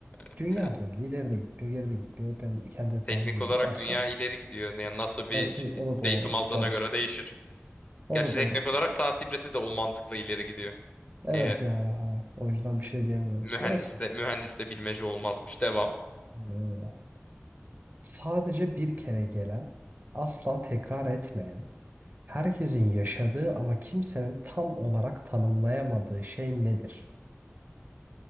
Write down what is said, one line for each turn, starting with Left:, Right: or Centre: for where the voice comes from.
Left: <laughs>
Right: Dünya da öyle. İleri de gitmiyor, geri de gitmiyor. Ben kendi etrafımda
Left: Teknik olarak
Right: böyle. Gerçi
Left: dünya
Right: ama.
Left: ileri gidiyor. Yani nasıl bir
Right: Evet, te-
Left: şey-
Right: o da doğru.
Left: datum aldığına
Right: Gerçi.
Left: göre değişir.
Right: O
Left: Gerçi
Right: da
Left: teknik
Right: doğru.
Left: olarak saat ibresi de o mantıkla ileri gidiyor.
Right: Evet
Left: Ee,
Right: yani. Hani. O yüzden bir şey diyemiyorum.
Left: mühendis
Right: Neyse.
Left: de, mühendis de bilmece olmazmış. Devam.
Right: Aynen Sadece bir kere gelen, asla tekrar etmeyen, herkesin yaşadığı ama kimsenin tam olarak tanımlayamadığı şey nedir?